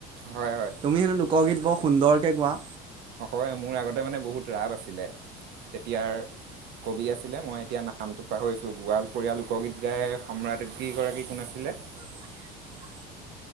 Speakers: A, on the right; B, on the right.
A: হয় হয়
B: তুমি হেনো লোকগীত বৰ সুন্দৰকৈ গোৱা।
A: অক মোৰ আগতে মানে বহুত ৰাপ আছিলে তেতিয়াৰ কবি আছিলে মই এতিয়া নামটো পাহৰিছো গোৱালপৰীয়া লোকগীত গাই সম্ৰাজ্ঞি গৰাকী কোন আছিলে। হে।
B: <inaudible>